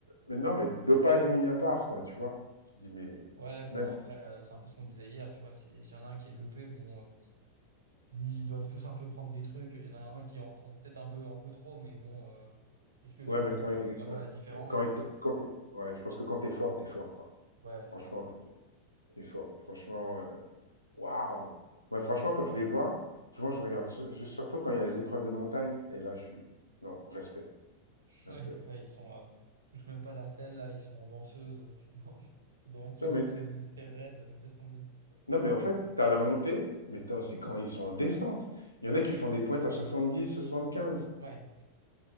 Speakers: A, on the left; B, on the right.
A: mais non, mais dopage mis à part, quoi, tu vois? Tu te dis, mais
B: Ouais, bon,
A: même.
B: après, euh, c'est un peu ce qu'on disait hier, tu vois. c'est- S'il y en a un qui est dopé, bon. euh, Ils doivent tous un peu prendre des trucs. Il y en a un qui en prend peut-être un peu, un peu trop, mais bon, euh, est-ce que ça
A: Ouais,
B: fait
A: mais quand ils.
B: vraiment
A: ouais,
B: la différence?
A: ouais, quand ils
B: Euh,
A: te- quand t'es- ouais, je pense que quand t'es fort, t'es fort, quoi.
B: ouais, c'est
A: Franchement,
B: ça.
A: t'es fort. T'es fort. Franchement. euh, Waouh! Ouais, franchement, quand je les vois, souvent je regarde, su- su- surtout quand il y a les épreuves de montagne, et là je suis. Non, respect,
B: <laughs>
A: respect.
B: Ouais, c'est ça. Ils sont, euh, ils touchent même pas la selle, là. Ils sont en danseuse <laughs> pendant, pendant un kilomètre
A: Non, mais,
B: de montée raide. euh, Laisse tomber.
A: non, mais en fait, tu as la montée, mais tu as aussi quand ils sont en descente. Il y en a qui font des pointes à soixante-dix, soixante-quinze.
B: Ouais,